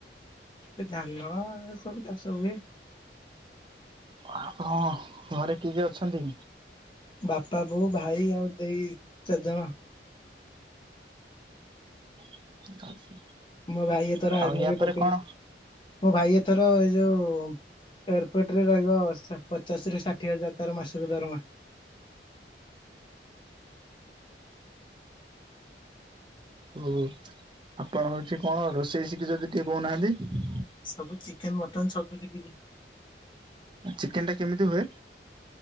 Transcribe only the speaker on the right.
ଆପଣ ଘରେ କିଏ କିଏ ଅଛନ୍ତି?
<unintelligible>
ଆଉ
ୟା ପରେ
କଣ?
ଓ ଆପଣ ହଉଛି କଣ ରୋଷେଇ ଶିକିଚନ୍ତି ଟିକେ କହୁନାହାନ୍ତି?
ଏ ଚିକେନ୍ ଟା କେମିତି ହୁଏ?